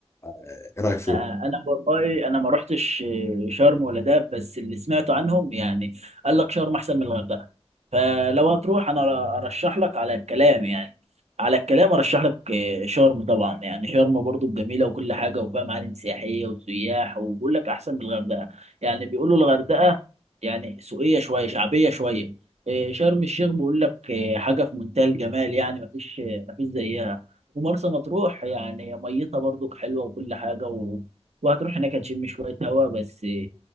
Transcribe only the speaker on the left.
ايه رايك فيهم